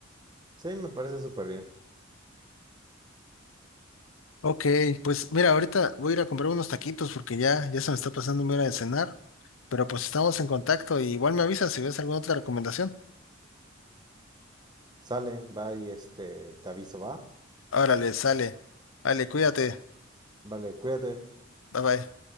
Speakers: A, on the right; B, on the left.
A: Sí, me parece súper bien.
B: Ok, pues mira, ahorita voy a ir a comprar unos taquitos porque ya, ya se me está pasando mi hora de cenar. Pero pues estamos en contacto y igual me avisas si ves alguna otra recomendación.
A: Sale, va y este, te aviso, va.
B: Órale, sale. Vale, cuídate.
A: Vale, cuídate.
B: Bye bye.